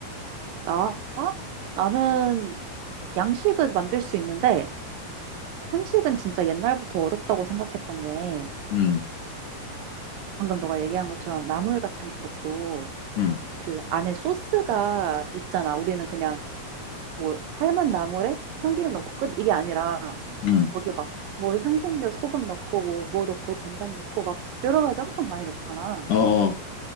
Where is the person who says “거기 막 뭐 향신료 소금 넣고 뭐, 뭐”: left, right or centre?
Right